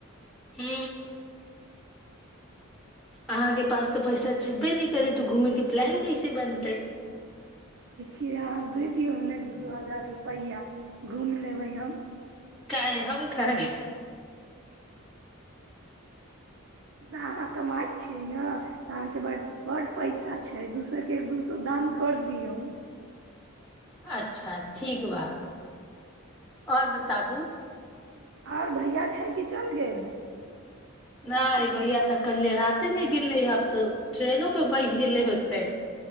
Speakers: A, in the centre; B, on the right.
A: हू अहा के पास तऽ पैसा छेबे नहि करैत घूमै के प्लान तीसी बनतैय
B: के अहाँ के दिय हने दू हजार रुपैआ घुमि लेबैय हम
A: काय हम काय
B: तऽ अहाँ कमाइ छियै ने तऽ अहाँके बड्ड बड्ड पैसा छैय दूसरके दू सए दान कर दियौय
A: अच्छा ठीक बा आओर बताबू
B: आर भैया छै कि चलि गेल
A: नहि भैय तऽ कले े मे गिे आब तऽ ट्रेनो पे बैठ गेले होते